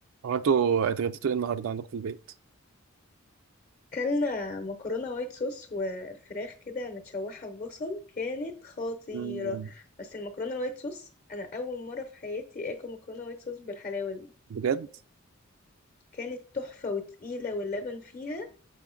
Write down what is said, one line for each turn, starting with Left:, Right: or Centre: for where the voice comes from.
Right: هو انتوا اتغديتوا ايه النهارده عندكم في البيت؟
Left: كلنا مكرونة وايت صوص وفراخ كده متشوحة في بصل كانت خطيرة
Right: مم.
Left: بس المكرونة الوايت صوص أنا أول مرة في حياتي آكل مكرونة وايت صوص بالحلاوة دي
Right: بجد؟
Left: كانت تحفة وتقيلة واللبن فيها